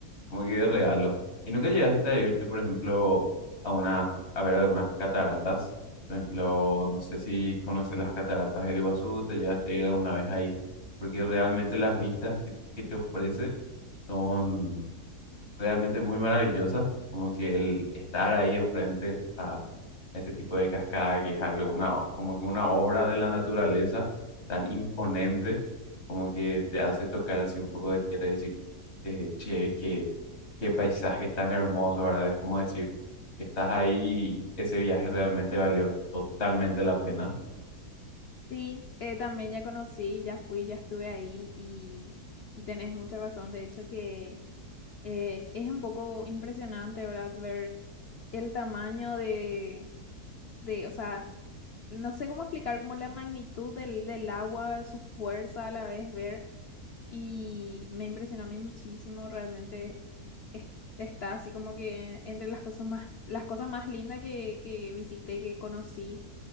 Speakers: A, on the left; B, on the left.
A: como que de regalo. ¿Y nunca llegaste a irte, por ejemplo, a una, a ver algunas cataratas? Por ejemplo, no sé si conoces las cataratas del Iguazú, te llegaste a ir alguna vez ahí, porque realmente las vistas que, que te ofrece son realmente muy maravillosas, como que el estar ahí enfrente a ese tipo de cascada que es algo, una, o- como que una obra de la naturaleza tan imponente, como que te hace tocar así un poco de tierra y decir, eh, che, que Qué paisaje tan hermoso, ¿verdad? Es como decir, que estás ahí y ese viaje realmente valió totalmente la pena.
B: Sí, eh, también ya conocí, ya fui, ya estuve ahí y, y tenés mucha razón. De hecho, que eh, es un poco impresionante, ¿verdad? Ver el tamaño de, de, o sea, no sé cómo explicar como la magnitud del, del agua, su fuerza a la vez, ver. y me impresionó a mí muchísimo, realmente es- está así como que entre las cosas más, las cosas más lindas que, que visité, que conocí,